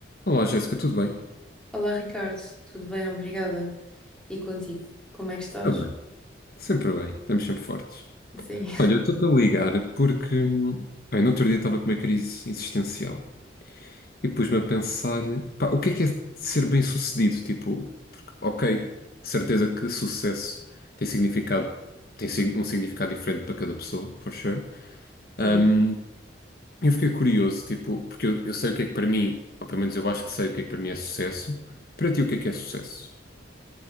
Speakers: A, on the left; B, in the centre.
A: Olá, Jéssica, tudo bem?
B: Olá Ricardo, tudo bem? Obrigada. E contigo, como é que estás?
A: Está bem, sempre bem, estamos sempre fortes.
B: Sim.
A: Olha, eu estou-te a ligar porque, hum, bem, no outro dia estava com uma crise existencial e pus-me a pensar, pá, o que é que é ser bem-sucedido? Tipo, porque, ok, de certeza que sucesso tem significado, tem sig- um significado diferente para cada pessoa, for sure.
B: Sim.
A: Hum, eu fiquei curioso, tipo, porque eu, eu sei o que é que para mim, ou pelo menos eu acho que sei o que é que para mim é sucesso, para ti o que é que é sucesso?